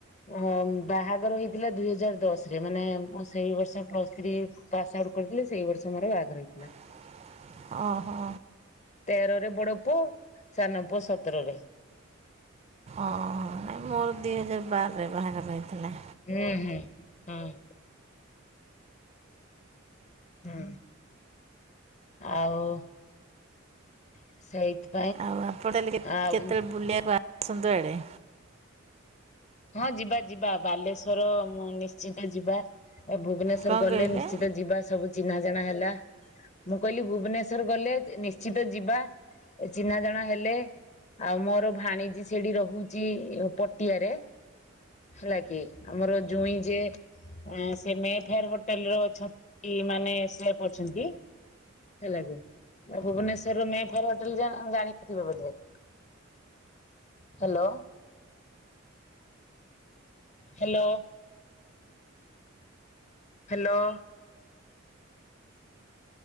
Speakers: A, on the left; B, on the right.
A: ହ ବାହାଘର ହେଇଥିଲା ଦୁଇହଜାର ଦଶରେ ମାନେ ମୁଁ ସେଇ ବର୍ଷ ପ୍ଲସ୍ ଥ୍ରୀ ପାସ୍ ଆଉଟ୍ କରିଥିଲି ସେଇ ବର୍ଷ ମୋର ବାହାଘର ହେଇଥିଲା।
B: <inaudible> ଓହୋ
A: ତେରରେ ବଡ ପୁଅ ସାନ ପୁଅ ସତରରେ।
B: ଓହ ନାଇଁ ମୋର ଦିହଜାର ବାରରେ ବାହାଘର ହେଇଥିଲା।
A: ହୁଁ ହୁଁ ହୁଁ। ହୁଁ ଆଉ <inaudible>
B: ଆଉ ଆପଣ ହେଲେ
A: ଆଉ
B: କେତେବେଳେ ବୁଲିବାକୁ ଆସନ୍ତୁ ଇଆଡ଼େ।
A: ହଁ ଯିବା ଯିବା ବାଲେଶ୍ଵର ମୁଁ ନିଶ୍ଚିତ ଯିବା ଏ ଭୁବନେଶ
B: କ'ଣ
A: ଶ୍ଵର ଗଲେ
B: କହିଲେ
A: ନିଶ୍ଚିତ ଯିବା ସବୁ ଚିହ୍ନା ଜଣା ହେଲା। ମୁଁ କହିଲି ଭୁବନେଶ୍ଵର ଗଲେ ନିଶ୍ଚିତ ଯିବା। ଚିହ୍ନା ଜଣା ହେଲେ ଆଉ ମୋର ଭାଣିଜୀ ସେଠି ରହୁଛି ପଟିଆରେ। ହେଲା କି ଆମର ଜୁଇଁ ଜିଏ ସେ ମେ ଫେଆର ହୋଟେଲରେ ଅଛନ୍ତି ମାନେ ସେଫ୍ ଅଛନ୍ତି। ହେଲାକି ତ ଭୁବନେଶ୍ୱରର ମେ ଫେୟାର ହୋଟେଲ ଜାଣିଥିବେ ବୋଧେ? ହ୍ୟାଲୋ। Hello hello.